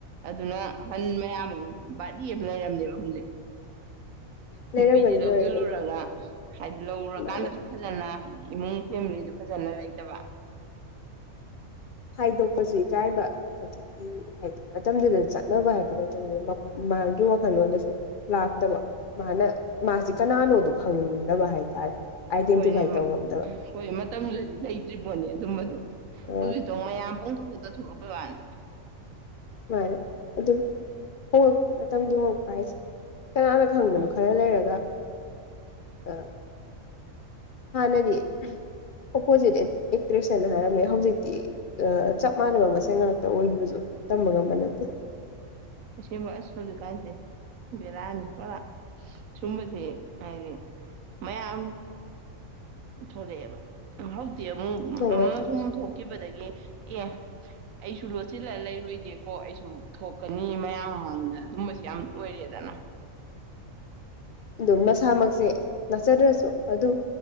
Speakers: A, on the right; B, on the left.
A: ꯑꯗꯨꯅ ꯑꯍꯟ ꯃꯌꯥꯝ ꯑꯃ꯫ ꯕꯥꯔꯤ ꯑꯃ ꯂꯩꯔꯝꯅꯦꯕ ꯍꯧꯖꯤꯛ
B: ꯂꯩꯔꯝꯒꯅꯤ
A: ꯅꯨꯄꯤꯁꯤ ꯂꯧꯁꯤꯜꯂꯨꯔꯒ
B: ꯂꯩꯔꯝꯒꯅꯤ
A: ꯍꯥꯏꯗꯤ ꯂꯧꯔꯀꯥꯟꯗꯁꯨ
B: ꯃꯥꯅꯦ
A: ꯐꯖꯅ ꯍꯥꯏꯗꯤ ꯏꯃꯨꯡ ꯐꯦꯃꯤꯂꯤꯗꯨ ꯐꯖꯅ ꯂꯩꯇꯕ
B: ꯍꯥꯏꯗꯣꯛꯄꯁꯨ ꯏꯀꯥꯏꯕ ꯑꯗꯒꯤ ꯍꯥꯏꯗꯤ ꯃꯇꯝꯗꯨꯗ ꯆꯠꯅꯕ ꯍꯥꯏꯕꯗꯨ ꯂꯩꯇꯕꯅꯤꯅ ꯃꯥꯒꯤ ꯋꯥꯈꯜꯂꯣꯟꯗꯁꯨ ꯂꯥꯛꯇꯕ ꯃꯥꯅ ꯃꯥꯁꯤ ꯀꯅꯥꯅꯣꯗꯨ ꯈꯪꯗꯕ ꯍꯥꯏꯇꯥꯔꯦ꯫ ꯑꯥꯏꯗꯦꯟꯇꯤꯐꯥꯏ
A: ꯍꯣꯏꯅꯦ
B: ꯇꯧ ꯉꯝꯗꯕ
A: ꯍꯣꯏ ꯃꯇꯝꯗꯨꯗꯗꯤ ꯂꯩ꯫ ꯇ꯭ꯔꯤꯄꯣꯅꯤ ꯑꯗꯨꯝꯕ ꯑꯗꯣ
B: ꯑ
A: ꯍꯧꯖꯤꯛꯇꯧ ꯃꯌꯥꯝ ꯄꯪꯇꯧ꯫ ꯊꯣꯛꯂꯛꯄ ꯋꯥꯅꯦ
B: ꯃꯥꯅꯦ ꯑꯗꯨꯝ ꯍꯣꯡꯉ ꯃꯇꯝꯒꯤ ꯄꯥꯏꯁꯦ ꯀꯅꯥꯅ ꯈꯪꯕꯅꯣ
A: ꯎꯝ
B: ꯈꯔ ꯂꯩꯔꯒ ꯑ ꯍꯥꯟꯅꯗꯤ ꯑꯣꯄꯣꯖꯤꯠ ꯑꯦꯛꯇ꯭ꯔꯦꯁꯅ ꯍꯥꯏꯔꯝꯃꯦ ꯍꯧꯖꯤꯛꯇꯤ ꯆꯞ ꯃꯥꯟꯅꯕ ꯃꯁꯦꯜ ꯉꯥꯛꯇ ꯑꯣꯏꯈꯤꯕꯁꯨ ꯇꯝꯕ ꯉꯝꯕ ꯅꯠꯇꯦ꯫
A: ꯑꯁꯦꯡꯕ ꯑꯁ ꯍꯧꯖꯤꯛꯀꯥꯟꯁꯦ ꯕꯦꯔꯥꯅꯤ ꯄꯨꯣꯔꯥ ꯁꯨꯝꯕꯁꯦ ꯍꯥꯏꯗꯤ ꯃꯌꯥꯝ ꯊꯣꯛꯔꯛꯑꯦꯕ ꯑꯃꯨꯛ
B: ꯊꯣꯛꯂꯛꯑꯦ
A: ꯑꯃ
B: ꯊꯣꯛꯂꯛꯑꯦ
A: ꯁꯨꯝ ꯊꯣꯛꯈꯤꯕꯗꯒꯤ ꯑꯦ ꯑꯩꯁꯨ ꯂꯣꯠꯁꯤꯜꯂ ꯂꯩꯔꯣꯏꯒꯦꯀꯣ ꯑꯩꯁꯨ ꯊꯣꯛꯀꯅꯤ ꯃꯌꯥꯝ ꯃꯃꯥꯡꯗ ꯑꯗꯨꯝꯕꯁꯨ ꯌꯥꯝ ꯑꯣꯏꯔꯦꯗꯅ
B: ꯑꯗꯨꯝ ꯅꯁꯥꯃꯛꯁꯦ ꯅꯠꯆꯗ꯭ꯔꯁꯨ ꯑꯗꯨꯝ